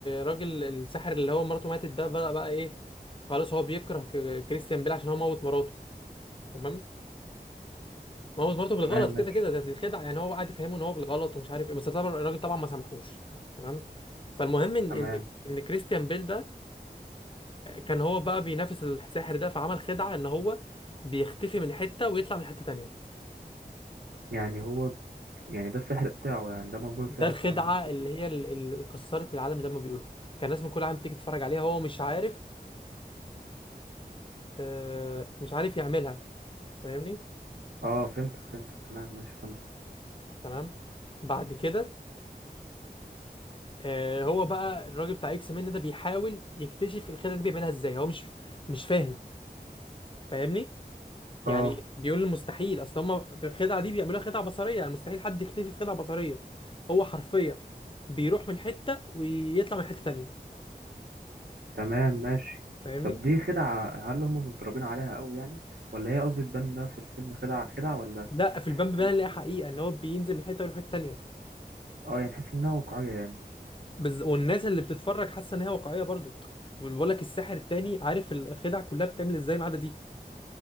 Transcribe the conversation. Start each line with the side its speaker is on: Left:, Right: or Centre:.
Left: راجل الساحر اللي هو مراته ماتت ده بقى بقى ايه خلاص هو بيكره ك- كريستيان بيل عشان هو موت مراته تمام موت مراته بالغلط
Right: تمام ماشي
Left: كده كده ده دي خدعه يعني هو قاعد يفهمه ان هو بالغلط ومش عارف ايه بس طبعا الراجل طبعا ما سامحوش تمام فالمهم ان
Right: تمام
Left: ان ان كريستيان بيل ده كان هو بقى بينافس الساحر ده فعمل خدعة ان هو بيختفي من حتة ويطلع من حتة تانية
Right: يعني هو يعني ده السحر بتاعه يعني ده مضمون السحر
Left: ده الخدعة
Right: بتاعه إن هو بيخطف
Left: اللي هي ال- اللي كسرت العالم زي ما بيقولوا كان الناس من كل عام تيجي تتفرج عليها هو مش عارف آه، مش عارف يعملها فاهمني
Right: اه فهمتك فهمتك تمام ماشي فهمت
Left: تمام بعد كده آه، هو بقى الراجل بتاع اكس من ده بيحاول يكتشف الخدعة دي بيعملها ازاي هو مش مش فاهم فاهمني يعني
Right: اه
Left: بيقول المستحيل اصل هم الخدعه دي بيعملوها خدعه بصريه يعني مستحيل حد يختفي في خدعه بصريه هو حرفيا بيروح من حته ويطلع من حته تانية
Right: تمام ماشي
Left: فاهمني
Right: طب دي خدعة هل هم متدربين عليها قوي يعني ولا هي قصدي تبان انها في الفيلم خدعة خدعة ولا
Left: لا في
Right: تحس
Left: البامب بان
Right: انها واقعية
Left: اللي هي حقيقه ان هو بينزل من حته ويروح الحته التانية
Right: اه يعني تحس انها واقعية يعني
Left: بز... والناس اللي بتتفرج حاسه ان هي واقعيه برضو بقول لك الساحر التاني عارف الخدع كلها بتعمل ازاي ما عدا دي